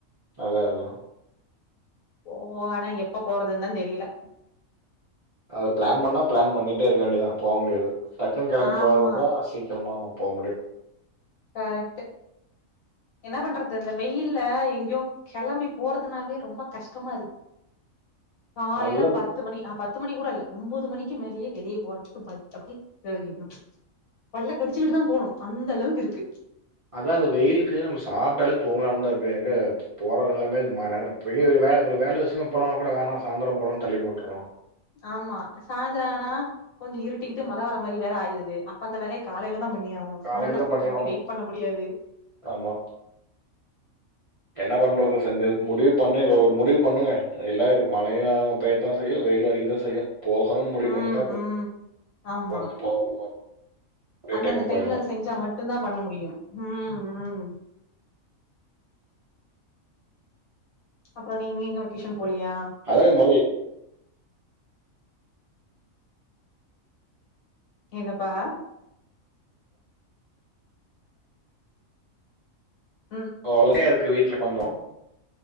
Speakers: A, on the right; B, on the left.
A: அத்தா அத்தா
B: போவோ ஆனா எப்ப போறதுந்தா தெரில
A: அது பிளான் பண்ணா பிளான் பண்ணிட்டே இருக்க வேண்டியதா போ முடியாது டக்குன் கெளம்பி
B: ஆமா
A: போறதுதா சீக்கிரமா போ முடியும்
B: கரெக்ட் என்ன பண்றது இந்த வெயில்ல எங்கேயோ கெளம்பி போறதுனாவே ரொம்ப கஷ்டமா இருக் காலையில
A: அதுதான்
B: பத்து மணி ஆ பத் த்து மணி கூட இல்ல ஒம்போது மணிக்கு மேலயே வெளியே போறதுக்கு ப அப்புடியே க பல்ல கடிச்சுக்கிட்டு தா போணும் அந்த அளவுக்கு இருக்கு
A: அதான் அந்த வெயிலுக்கு நம்ம சாப்ட்டாலே தூங்கலான்னு தா இருக்கு எங்க போற நெலம <unintelligible> வேல ஒரு வேல விஷயமா போலனா கூட வேணாம் சாந்தரம் போலான்னு தள்ளி போட்டுறோம்
B: ஆமா சாய்ந்தரானா கொஞ்சோ இருட்டிக்கிட்டு மழை வர மாரி வேற ஆயிருது அப்ப அந்த வேலைய காலையில தா பண்ணி ஆகணு
A: காலையில
B: சாயந்தரத்துக்கு
A: பண்ணி
B: வரைக்கு
A: ஆவனு
B: வெயிட் பண்ண முடியாது
A: ஆமா என்ன பண்றது செஞ்சது முடிவு பண்ணுங்கோ ஒரு முடிவு பண்ணுங்க எல்லா இருக்கு மழையா பெய்யத்தா செய்யு வெயிலு அடிக்குதா செய்யு போகனுன் முடிவுக்
B: ம்
A: வன்டா
B: ம்
A: <inaudible>
B: ஆமா
A: ஒரே
B: அந்தந்த
A: டைமா
B: டைம்ல
A: போயிடலாம்
B: செஞ்சா மட்டடந்தா பண்ண முடியு ம் அப்றோ நீங்க எங்க வெக்கேஷன் போலியா
A: அதான் முதல்ல
B: என்னப்பா ம்
A: <inaudible> இருக்கு வீட்ல கொஞ்சோ